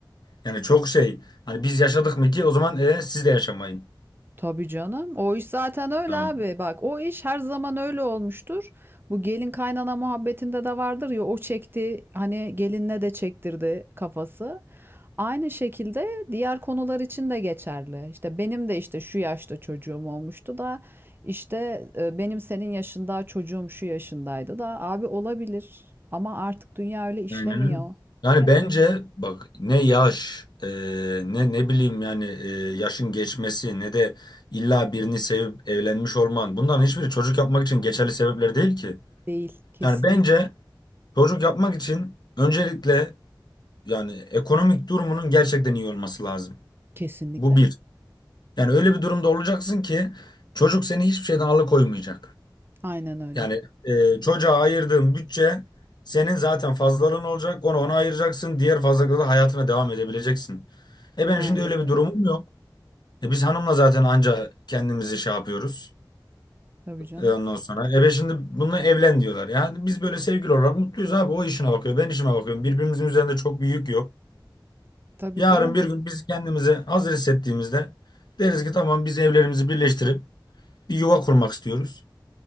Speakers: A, on the left; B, on the right.
A: Yani çok şey. Hani biz yaşadık mı ki o zaman e, siz de yaşamayın.
B: Tabii canım. O iş zaten öyle
A: Tamam.
B: abi. Bak o iş her zaman öyle olmuştur. Bu gelin kaynana muhabbetinde de vardır ya o çekti hani gelinle de çektirdi kafası. Aynı şekilde diğer konular için de geçerli. İşte benim de işte şu yaşta çocuğum olmuştu da işte e, benim senin yaşında çocuğum şu yaşındaydı da abi olabilir ama artık dünya öyle işlemiyor.
A: Aynen öyle. Yani bence bak ne yaş e, ne ne bileyim yani e, yaşın geçmesi ne de illa birini sevip evlenmiş olman bunların hiçbiri çocuk yapmak için geçerli sebepler değil ki.
B: Değil. Kesinlikle.
A: Yani bence çocuk yapmak için öncelikle yani ekonomik durumunun gerçekten iyi olması lazım.
B: Kesinlikle.
A: Bu bir. Yani öyle bir durumda olacaksın ki çocuk seni hiçbir şeyden alıkoymayacak.
B: Aynen öyle.
A: Yani e, çocuğa ayırdığın bütçe senin zaten fazlalığın olacak. Onu ona ayıracaksın. Diğer fazlalıkla da hayatına devam edebileceksin. E benim
B: Aynen
A: şimdi öyle
B: öyle.
A: bir durumum yok. E biz hanımla zaten anca kendimizi şey yapıyoruz.
B: Tabii canım.
A: E ondan sonra. E ben şimdi bununla evlen diyorlar. Yani biz böyle sevgili olarak mutluyuz abi. O işine bakıyor. Ben işime bakıyorum. Birbirimizin üzerinde çok bir yük yok.
B: Tabii
A: Yarın
B: canım.
A: bir gün biz kendimizi hazır hissettiğimizde deriz ki tamam biz evlerimizi birleştirip bir yuva kurmak istiyoruz.